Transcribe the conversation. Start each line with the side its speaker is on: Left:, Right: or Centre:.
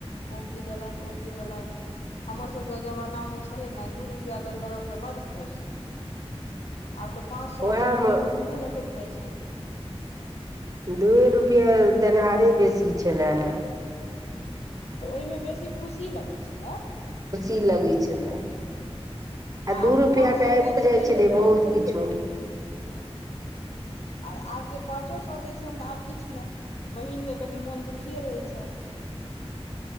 Left: ओ की देलैन ओ की देलैन हमर सबके जवाना मे छलै ने दू रुपया देलक तऽ बड खुश। आब तऽ पाँच सौ
Right: उएह
Left: दियो न
Right: मे
Left: दियो मुहे लटैक जाय छैन।
Right: दूए रुपया देनहारे बेसी छलै हय।
Left: तऽ ओयमे बेसी खुशी लगै छलै।
Right: खुशी लगै छलै। आ दू
Left: आब जे
Right: रुपया
Left: पाँच
Right: के
Left: सए
Right: आएबो
Left: दै छै
Right: जाय
Left: तैयो
Right: छलै
Left: नहि
Right: बहुत किछो।
Left: आर आब जे पाँचो सौ दै छैन तऽ आब किछ नै बहिन ले तनी मन दुखिये रहै छाए।